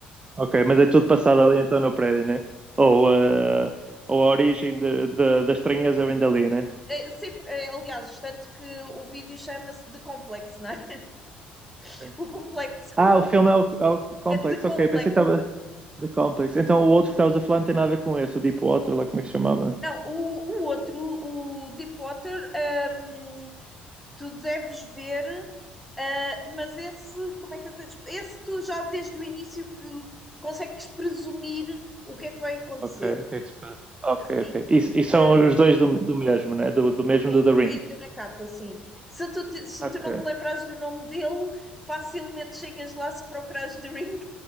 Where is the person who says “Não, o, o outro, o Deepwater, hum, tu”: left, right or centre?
Centre